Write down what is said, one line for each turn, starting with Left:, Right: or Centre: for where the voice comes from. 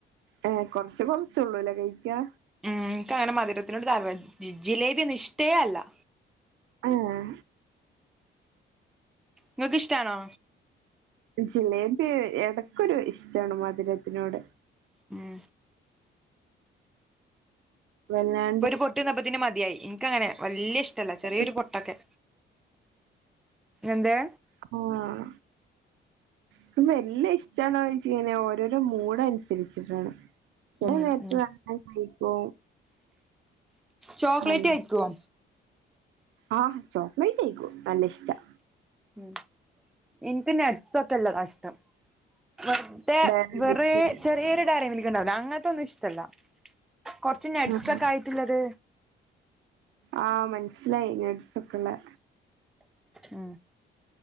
Right: ഏഹ് കൊർച്ച് കൊർച്ചാെള്ളുലേ കഴിയ്ക്കാ
Centre: ഉം ഇൻക്കങ്ങെനെ മധുരത്തിനോട് താൽപര് ഈ ജിലേബി ഒന്നും ഇഷ്ട്ടേ അല്ലാ
Right: ആഹ്
Centre: ഇങ്ങെക്ക്ഷ്ടാണോ
Right: ജിലേബി എടെക്കൊരു ഇഷ്ടാണ് മധ്‌രത്തിനോട്
Centre: ഊം
Right: വല്ലാണ്ട്
Centre: ഒര് പൊട്ട്ന്നപ്പത്ത്ന് മത്യായി ഇൻക്കങ്ങെനെ വല്ല്യ ഇഷ്ടല്ല ചെറ്യേയൊരു
Right: ഇഷ്
Centre: പൊട്ടൊക്കെ എന്തേ
Right: ക്കും വേണം ക്കും വെല്ല്യ ഇഷ്ടാണോയ്ച്ച്ങ്ങെനെ ഓരോരോ മൂടൻസര്ച്ച്ട്ടാണ് ചെലെ
Centre: ഉം
Right: നേര്ത്ത്
Centre: ഉം
Right: ന <unintelligible> കഴിക്കും
Centre: ചോക്ലേറ്റ്
Right: ആഹ്
Centre: കഴിക്കുവോ
Right: ആഹ് ചോക്ലേറ്റ് കഴിക്കും നല്ല ഇഷ്ടാ
Centre: ഉം ഇൻക്ക് നട്സാെക്കെള്ളതാഷ്ടം വെറ്തെ
Right: ഡയറി
Centre: വെറേ
Right: മിൽക്ക്
Centre: ചെറിയൊരു കാര്യം വിളിക്കണ്ടാവില്ല അങ്ങനത്തെ ഒന്നും ഇഷ്ടല്ല. കൊർച്ച് നടസക്കെ
Right: ആഹ്
Centre: ആയിട്ടുള്ളത്.
Right: ആഹ് മനസ്സിലായി നട്സൊക്കെള്ള.
Centre: ആ